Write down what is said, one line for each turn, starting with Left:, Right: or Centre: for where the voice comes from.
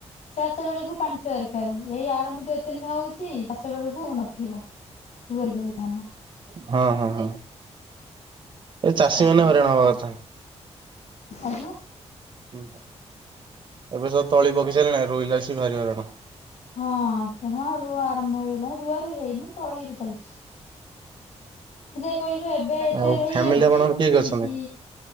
Left: ଚାଷ ବେଳକୁ ପାଣି ଦରକାର ଏଇ ଆରମ୍ଭ ରୁ ତ ଏତେନକା ହଉଛି। ଚାଷ ବେଳକୁ ନଥିବ <unintelligible> ଧାନ।
Right: ହଁ ହଁ ହଁ। ଏ ଚାଷୀ
Left: ଆଜ୍ଞା
Right: ମାନେ ହଇରାଣ ହବା କଥା।
Left: ଆଜ୍ଞା।
Right: ହୁଁ ଏବେ ସବୁ ତଳି ପକି ସାରିଲାଣି ରୋଇଲା ଆସି ଭାରି ହଇରାଣ।
Left: ହଁ ସେ ହଁ ରୁଆ ଆରମ୍ଭ ହେଇଗଲା ରୁଆ ରୁ ହେଇନି ତଳି ବି ଚାଲିଛି। ଯେ କହିବେ ଏବେ
Right: ଆଉ
Left: <inaudible> ହେଇଯାଉଛି
Right: ଫ୍ୟାମିଲି ଆପଣଙ୍କର କିଏ କିଏ
Left: କି
Right: ଅଛନ୍ତି